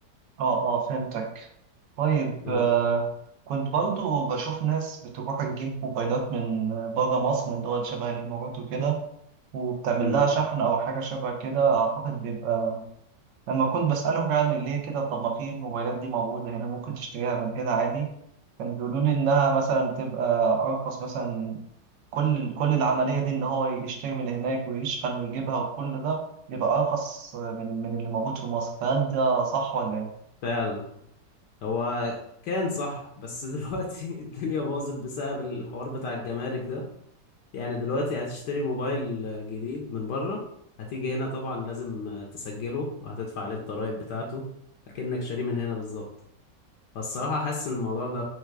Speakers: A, on the right; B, on the left.
A: اه اه فهمتك طيب
B: اه
A: آه كنت برضو بشوف ناس بتروح تجيب موبايلات من بره مصر من دول شبه الامارات وكده وبتعمل
B: امم
A: لها شحن او حاجه شبه كده اعتقد بيبقى لما كنت بسالهم يعني ليه كده طب ما في الموبايلات دي موجوده هنا ممكن تشتريها من هنا عادي كانوا بيقولوا لي انها مثلا بتبقى ارخص مثلا كل كل العملية دي إن هو يشتري من هناك ويشحن ويجيبها وكل ده يبقى أرخص من من اللي موجود في مصر فهل ده صح ولا إيه؟
B: فعلا هو كان صح بس <laughs> دلوقتي الدنيا باظت بسبب الحوار بتاع الجمارك ده يعني دلوقتي هتشتري موبايل جديد من بره هتيجي هنا طبعا لازم تسجله وهتدفع عليه الضرايب بتاعته اكنك شاريه من هنا بالظبط فالصراحة حاسس إن الموضوع ده